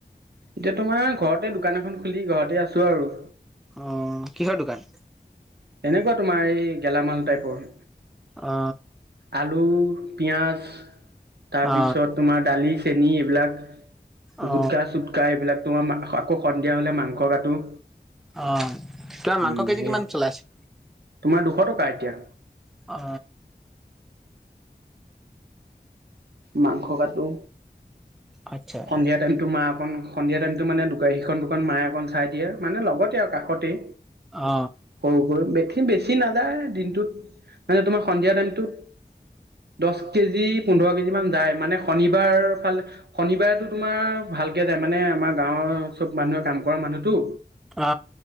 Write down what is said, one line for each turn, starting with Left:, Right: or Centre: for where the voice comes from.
Right: এতিয়া তোমাৰ ঘৰতে দোকান এখন খুলি ঘৰতে আছো আৰু।
Centre: অ কিহৰ দোকান?
Right: এনেকুৱা তোমাৰ এই গেলামাল টাইপৰ।
Centre: অ অ।
Right: আলু, পিয়াজ তাৰপিছত
Centre: অ
Right: তোমাৰ দালি চেনী এইবিলাক
Centre: অ
Right: গুটকা, চুট কা এইবিলাক তোমাৰ মা আকৌ সন্ধিয়া হলে মাংস কাটো।
Centre: অ, তোমাৰ
Right: উম
Centre: মাংস কেজি
Right: সেয়ে
Centre: কিমান চলি আছে?
Right: তোমাৰ দুশ টকা এতিয়া।
Centre: অ।
Right: মাংস কাটো।
Centre: আচ্ছা
Right: সন্ধিয়া টাইমটো মা অকণ সন্ধিয়া টাইমটো মানে দোকান সেইখন দোকান মায়ে অকণ চাই দিয়ে মানে লগতে আৰু কাষতেই।
Centre: অ।
Right: সৰু সৰু বেথী বেছি নাযায় দিনটোত মানে তোমাৰ সন্ধিয়া টাইমটোত দছ কেজি, পোন্ধৰ কেজি মান যায় মানে শনিবাৰ ফালে শনিবাৰেতো তোমাৰ ভালকে যায় মানে আমাৰ গাঁৱৰ চব মানুহে কাম কৰা মানুহতো
Centre: অ।